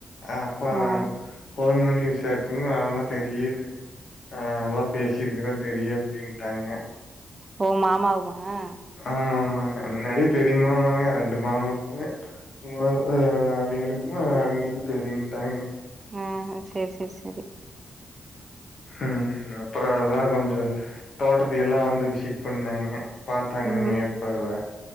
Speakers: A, on the left; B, on the right.
A: அப்பா வாங்க
B: ஆ
A: ஃபோன் பண்ணி விசாரிச்சோன் ஆமா தெரியுது ஆ நல்லா பேசியிருக்கிறோ தெரியு அப்டின்ட்டாங்க
B: ஓ மாமாவுமா
A: ஆமா ஆமாங்க முன்னாடியே தெரியுமாமாங்க ரெண்டு மாமுக்குமே ம ஆ அவிங்களுக்குமே அவிங்களுக்கு தெரியுன்ட்டாய்ங்க
B: ம் சேரி சேரி சேரி
A: ம் அப்பறோ எல்லா கொஞ்சோ தோட்டத்து எல்லா வந்து விசிட் பண்ணாங்க பாத்தாங்க
B: ம்
A: மேற்பார்வ